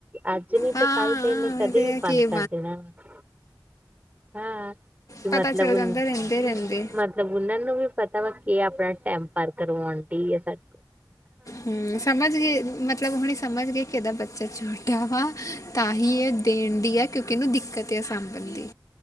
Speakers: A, on the right (about 20°); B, on the left (about 45°).
A: ਅੱਜ ਨੀ
B: ਹਾਂ
A: ਤੇ ਕੱਲ ਤੇ ਇਹਨੇ ਕਦੇ
B: ਇਹ ਤੇ
A: ਵੀ
B: ਹੈ
A: ਬੰਦ
B: ਕਿ
A: ਕਰ ਦੇਣਾ ਵਾ। ਹਾਂ ਕੀ ਮਤਲਬ-
B: ਪਤਾ ਚੱਲ ਜਾਂਦਾ
A: ਮਤ
B: ਰਹਿੰਦੇ ਰਹਿੰਦੇ
A: ਮਤਲ ਉਹਨਾਂ ਨੂੰ ਵੀ ਪਤਾ ਵਾ ਕਿ ਆਪਣਾ ਟਾਈਮ ਪਾਰ ਕਰਵਾਉਣ ਡੀ ਆ‌ ਸਾ
B: ਹੂੰ ਸਮਝ ਗੇ ਮਤਲਬ ਹੁਣੀ ਸਮਝ ਗੇ ਕਿ ਇਹਦਾ ਬੱਚਾ ਛੋਟਾ ਵਾ। ਤਾਂ ਹੀ ਇਹ ਦੇਣ ਦੀ ਆ ਕਿਉਂਕਿ ਇਹਨੂੰ ਦਿੱਕਤ ਆ ਸਾਂਭਣ ਦੀ।